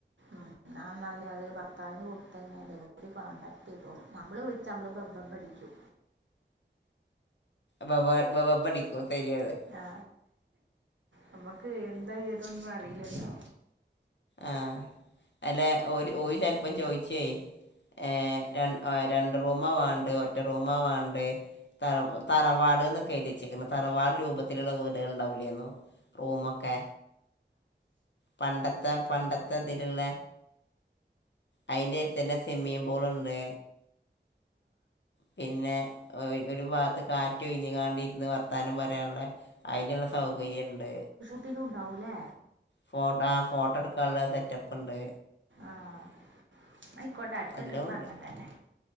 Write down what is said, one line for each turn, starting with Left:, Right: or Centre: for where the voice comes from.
Right: ആഹ് ആഹ് ന്നാലത് അത് ഭർത്താവിന് കൊടുത്തഴിഞാല് ഓര് കോൺടാക്ട് ചെയ്തോളും. നമ്മള് വിളിച്ചാ നമ്മള് ബബബ അടിക്കും
Left: ബബാ ബബ അടിക്കൂ അത് സെരിയാണ്
Right: ആ നമ്മക്ക് എന്താ ഏതൊന്നും അറീലല്ലോ
Left: ആഹ്. അല്ല ഓര് ഓര് ചെൽപ്പം ചോയിചെയ് ഏഹ്.. രണ്ട് റൂമാ വാണ്ടെ ഒറ്റ റൂമാ വാണ്ടേ തറവ് തറവാട്ന്നൊക്കെ എഴുതെച്ചിക്ക്ണ്. തറവാട് രൂപത്തിലുള്ള വീടുകള് ണ്ടാവുലേന്നു റൂമൊക്കെ പണ്ട ത്തെ പണ്ടത്തെ തില്ള്ള അയിന്റെട്ത്തന്നെ സ്വിമ്മിംഗ് പൂള്ണ്ട് പിന്നെ, ഒരു ഭാത്ത് കാറ്റ് ഒഴിഞ്ഞ് കാണ്ട് ഇര്ന്ന് വർത്താനം പറയാന്ള്ളെ അയ്ന്ള്ള സൗകര്യം ണ്ട്
Right: ത്തിലുണ്ടാവുലേ
Left: ഫോട്ട ആ ഫോട്ടട്ക്കാള്ള സെറ്റപ്പ്ണ്ട്
Right: ആഹ്. ന്നായിക്കോട്ടെ അടുത്ത
Left: എല്ലാം
Right: ട്രിപ്പ്
Left: ഉണ്ട്
Right: അങ്ങട്ടെന്നെ